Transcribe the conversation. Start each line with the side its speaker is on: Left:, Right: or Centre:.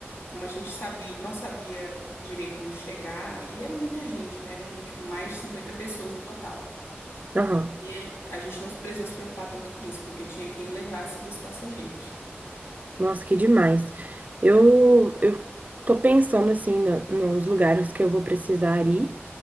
Left: Como a gente sabia, não sabia direito onde chegar, e era muita gente, né? Eram, tipo, mais de 50 pessoas no total.
Right: aham.
Left: E a gente não precisou se preocupar tanto com isso, porque tinha quem levasse e buscasse a gente.
Right: Nossa, que demais. Eu, eu tô pensando assim na- nos lugares que eu vou precisar ir,